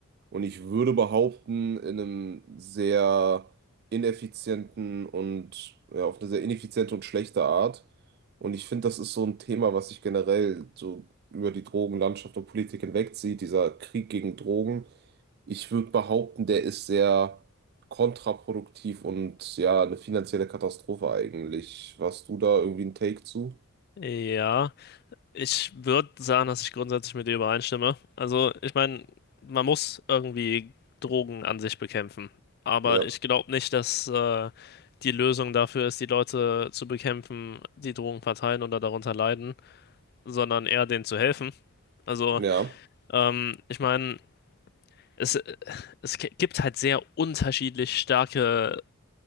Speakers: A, on the right (about 45°); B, on the left (about 45°).
A: Und ich würde behaupten, in einem sehr ineffizienten und ja, auf eine sehr ineffiziente und schlechte Art. Und ich finde, das ist so ein Thema, was sich generell so über die Drogenlandschaft und Politik hinwegzieht, dieser Krieg gegen Drogen. Ich würde behaupten, der ist sehr kontraproduktiv und ja, eine finanzielle Katastrophe eigentlich. Warst du da irgendwie ein Take zu?
B: ja. Ich würde sagen, dass ich grundsätzlich mit dir übereinstimme. Also, ich meine, man muss irgendwie Drogen an sich bekämpfen. Aber
A: Ja,
B: ich glaube nicht, dass äh, die Lösung dafür ist, die Leute zu bekämpfen, die Drogen verteilen oder darunter leiden, sondern eher denen zu helfen. Also,
A: ja,
B: ähm, ich meine, es, es gibt halt sehr unterschiedlich starke